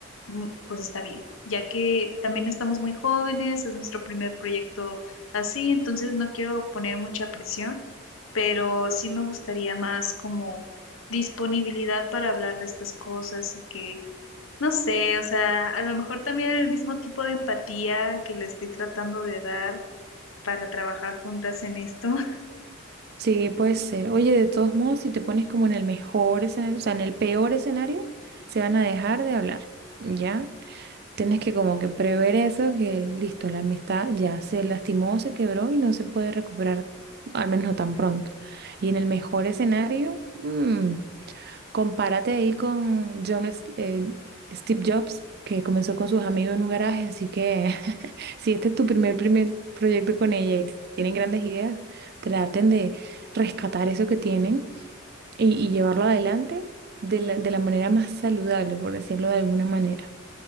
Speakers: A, on the left; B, on the right.
A: mm, pues está bien, ya que también estamos muy jóvenes, es nuestro primer proyecto así, entonces no quiero poner mucha presión pero sí me gustaría más como disponibilidad para hablar de estas cosas y que, no sé, o sea, a lo mejor también el mismo tipo de empatía que le estoy tratando de dar para trabajar juntas en esto. <laughs>
B: Sí, puede ser. Oye, de todos modos, si te pones como en el mejor escenario, o sea, en el peor escenario, se van a dejar de hablar, ¿ya? Tienes que como que prever eso, que listo, la amistad ya se lastimó, se quebró y no se puede recuperar, al menos no tan pronto. Y en el mejor escenario, mm, Compárate ahí con John, S- eh, Steve Jobs, que comenzó con sus amigos en un garaje, así que <laughs> si este es tu primer, primer proyecto con ella y tienen grandes ideas, traten de rescatar eso que tienen y, y llevarlo adelante de la, de la manera más saludable, por decirlo de alguna manera.